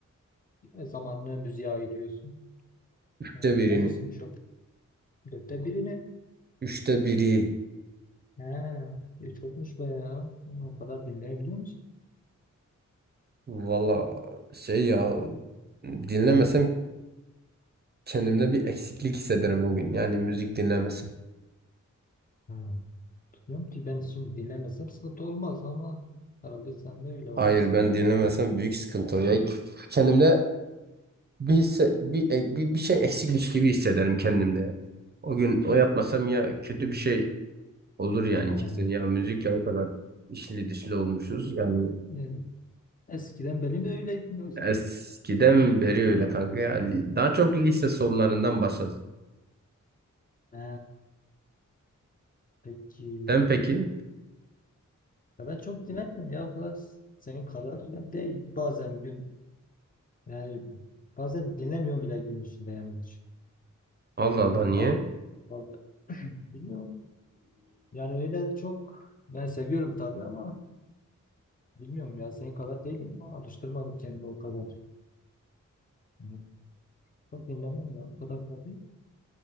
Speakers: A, on the left (about 25°); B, on the right (about 30°).
A: zamanını müziğe ayırıyorsun
B: Üçte
A: yani dinler
B: birini.
A: misin çok dörtte birini
B: Üçte biri.
A: He, e, çokmuş bayağı. Ama O kadar dinleyebiliyor musun?
B: Valla şey ya dinlemesem kendimde bir eksiklik hissederim o gün. Yani müzik dinlemesem.
A: Ha, biliyorum ki ben şimdi dinlemesem sıkıntı olmaz ama herhalde sen de öyle olmuş.
B: Hayır ben dinlemesem büyük sıkıntı. o. Ya kendimde bir, hisse- bir, e, bir, bir şey eksikmiş gibi hissederim kendimde. O gün o yapmasam ya kötü bir şey olur yani
A: He.
B: kesin. Ya müzikle o kadar işli dişli olmuşuz. Yani
A: E, eskiden benim de öyleydim yoksa.
B: eskiden beri öyle kanka ya. Li- Daha çok lise sonlarından başladı.
A: He, peki.
B: Sen peki?
A: Ya ben çok dinlemiyorum ya o kadar s- senin kadar ya değil. Bazen gün yani bazen dinlemiyorum bile gün içinde yani hiç.
B: Allah Allah niye?
A: Yani vallahi bilmiyorum. Yani öyle çok ben seviyorum tabii ama bilmiyorum ya senin kadar değilim. Alıştırmadım kendimi o kadar. Yani çok dinlemem ya o kadar da değil.